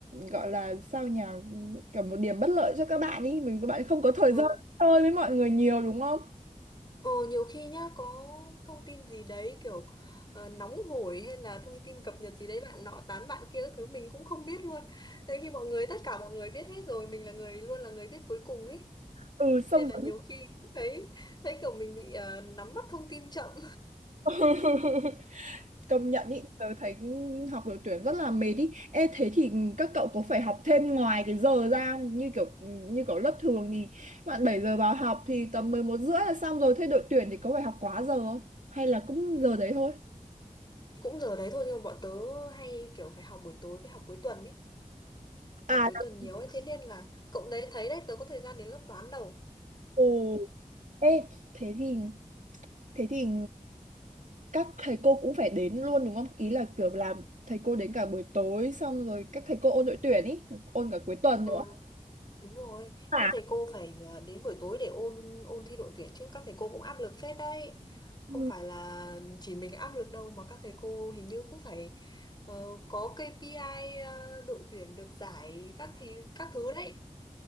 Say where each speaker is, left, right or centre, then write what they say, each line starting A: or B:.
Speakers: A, on the right; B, on the left.
A: gọi là sao nhỉ kiểu một điểm bất lợi cho các bạn ý bởi vì các bạn không có thời
B: Ờ,
A: gian chơi với mọi người nhiều đúng không
B: ờ, nhiều khi nhá có thông tin gì đấy kiểu ờ, nóng hổi hay là thông tin cập nhật gì đấy bạn nọ tán bạn kia các thứ mình cũng không biết luôn. Nên khi mọi người tất cả mọi người biết hết rồi mình là người luôn là người biết cuối cùng ấy.
A: ừ xong
B: Nên là
A: rồi
B: nhiều khi cũng thấy thấy kiểu mình bị ờ, nắm bắt thông tin chậm.
A: <laughs> công nhận ý tớ thấy học đội tuyển rất là mệt ý ê thế thì các cậu có phải học thêm ngoài cái giờ ra không? như kiểu như kiểu lớp thường thì bạn 7 giờ vào học thì tầm 11 rưỡi là xong rồi thế đội tuyển thì có phải học quá giờ không hay là cũng giờ đấy thôi
B: Cũng giờ đấy thôi nhưng mà bọn tớ hay kiểu phải học buổi tối với học cuối tuần ấy. Học
A: à là-
B: cuối tuần nhiều ấy thế nên là cậu đấy thấy đấy tớ có thời gian đến lớp toán đâu.
A: ồ Ê, thế thì thế thì các thầy cô cũng phải đến luôn đúng không? Ý là kiểu làm thầy cô đến cả buổi tối xong rồi các thầy cô ôn đội tuyển ý, ôn cả cuối tuần
B: Ừ.
A: nữa.
B: Đúng rồi,
A: À,
B: các thầy cô phải ờ, đến buổi tối để ôn ôn thi đội tuyển chứ các thầy cô cũng áp lực phết đấy. Không
A: ừ.
B: phải là chỉ mình áp lực đâu mà các thầy cô hình như cũng phải ờ, có KPI ờ, đội tuyển được giải các thì các thứ đấy.